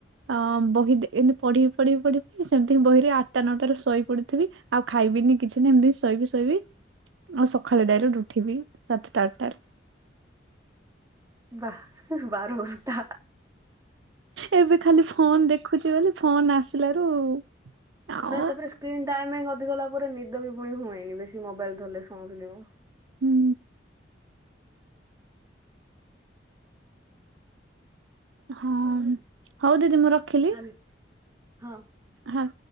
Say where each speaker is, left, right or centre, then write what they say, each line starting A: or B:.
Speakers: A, on the right; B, on the right.
A: ଅ ବହି ଏମିତି ପଢିବି ପଢି ପଢିବି ସେମିତି ବହିରେ ଆଠଟା ନଅଟାରୁ ଶଇ ପଡିଥିବି। ଆଉ ଖାଇବିନି କିଛି ନା, ଏମିତି ଶୋଇବି ଶୋଇବି ଆଉ ସକାଳେ ଡାରେକ୍ଟ ଉ ଉଠିବି ସାତଟା ଆଠଟାରେ।
B: ବା ବାରଘଣ୍ଟା।
A: ଏବେ ଖାଲି ଫୋନ ଦେଖୁଛି ବୋଲି ଫୋନ ଆସିଲାରୁ ଆଉ
B: ନାଇଁ ତାପରେ ସ୍କ୍ରିନ୍ ଟାଇମିଙ୍ଗ ଅଧିକ ଗଲା ପରେ, ନିଦ ବି ପୁଣି ହୁଏନି ବେଶୀ ମୋବାଇଲ ଧରିଲେ ଶୁଣିଥିଲି ମୁଁ।
A: ହୁଁ ହଁ ହଉ ଦିଦି ମୁଁ ରଖିଲି
B: ହାଲୋ ହଁ।
A: ହ।